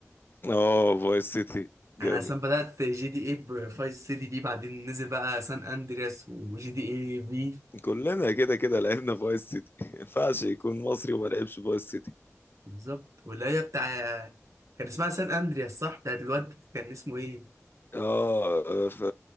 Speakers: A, on the left; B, on the right.
A: اه فايس سيتي جامد
B: انا اصلا بدأت جي دي ايه بفايس سيتي دي بعدين نزل بقى سان اندرياس وجي دي ايه في
A: كلنا كده كده لعبنا فايس سيتي <laughs> ما ينفعش يكون مصري وما لعبش فايس سيتي
B: بالظبط واللي هي بتاع كان اسمها سان اندرياس صح بتاعت الواد كان اسمه ايه
A: اه في